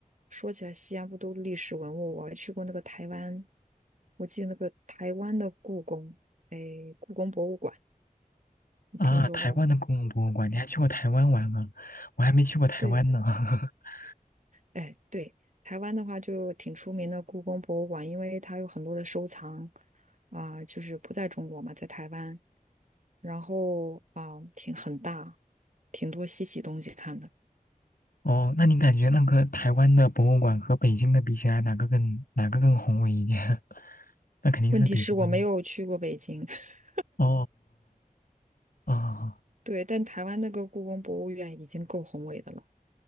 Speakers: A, on the right; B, on the left.
A: 说起来西安不都历史文物，我还去过那个台湾，我记得那个台湾的故宫，哎，故宫博物馆，你听说过吗？
B: 啊，台湾的公共博物馆，你还去过台湾玩啊？我还没去过台湾呢。
A: 对，
B: <laughs>
A: 哎，对，台湾的话就挺出名的故宫博物馆，因为它有很多的收藏啊、就是不在中国嘛，在台湾，然后啊、挺很大，挺多稀奇东西看的。
B: 哦，那你感觉那个台湾的博物馆和北京的比起来，哪个更哪个更宏伟一点？<laughs> 那肯定是北京的嘛。
A: 问题是我没有去过北京，<laughs>
B: 哦哦哦，
A: 对，但台湾那个故宫博物院已经够宏伟的了，